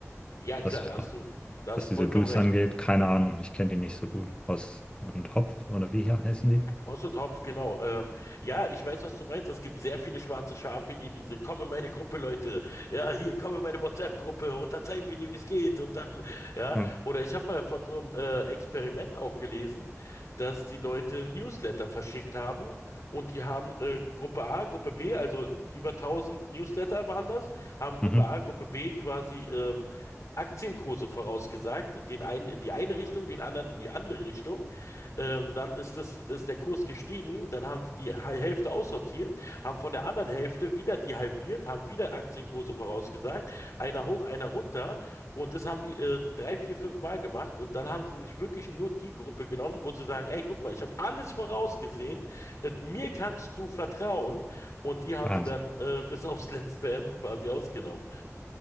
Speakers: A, on the left; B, on the left.
A: Ja, klar,
B: Was,
A: da hast du, da hast
B: was
A: du
B: diese
A: vollkommen
B: Dudes
A: recht.
B: angeht, keine Ahnung, ich kenne die nicht so gut. Hoss und Hopf oder wie hier heißen die?
A: Hoss und Hopf, genau. Ähm, ja, ich weiß, was du meinst. Es gibt sehr viele schwarze Schafe hier, diese, komm in meine Gruppe, Leute. Ja, hier, komm in meine WhatsApp-Gruppe und dann zeigen wir dir, wie es geht. Und dann, ja.
B: Ja.
A: Oder ich habe mal von so einem äh, Experiment auch gelesen, dass die Leute Newsletter verschickt haben und die haben äh, Gruppe A, Gruppe B, also über 1000 Newsletter waren das, haben Gruppe
B: Mhm.
A: A, Gruppe B quasi ähm, Aktienkurse vorausgesagt, den einen in die eine Richtung, den anderen in die andere Richtung. Ähm, dann ist das, das ist der Kurs gestiegen, dann haben die die Hal- Hälfte aussortiert, haben von der anderen Hälfte wieder die halbiert, haben wieder Aktienkurse vorausgesagt, einer hoch, einer runter und das haben die äh, drei, vier, fünf Mal gemacht und dann haben sie sich wirklich nur die Gruppe genommen, wo sie sagen, ey, guck mal, ich habe alles vorausgesehen, äh, mir kannst du vertrauen und die haben
B: Wahnsinn.
A: sie dann äh, bis aufs letzte Hemd quasi ausgenommen.